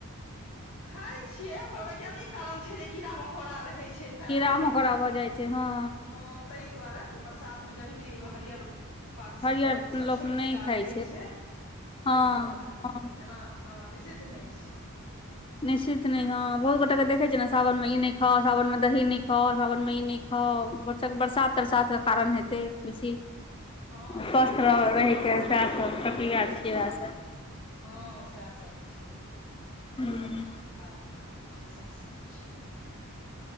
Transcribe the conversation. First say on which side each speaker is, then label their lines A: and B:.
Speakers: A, on the left; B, on the left.
A: खाइ छियै ओकर वैज्ञानिक कारण छै जे कीड़ा मकोड़ा रहै छै तैं
B: कीड़ा
A: नहि
B: मकोड़ा
A: तऽ
B: भऽ जाय छै हँ
A: हँ ताहि दुआरे बरसात मे जंगली हरियर पात सब
B: हरियर
A: पर छोट
B: लोक
A: छोट
B: नहि
A: कीड़ा
B: खाइ
A: रहै छै
B: हँ
A: तहि दुआरे
B: हँ
A: एना हँ निषिद्ध नहि छै
B: निषिद्ध नै हँ बहुत गोटा के देखे छियै ने सावन मे इनै खाउ सावनमे दही नहि खाउ सावनमे ई नहि खाउ बरस बरसात तरसातके के कारण हेतै बेसी
A: हँ
B: स्वस्थ
A: सएह छै
B: रह रहिके सएह सब प्रक्रिया छियै उएहसँ
A: हँ सएह सब छै
B: हूँ
A: आर कोनो नहि छै सएह सब छै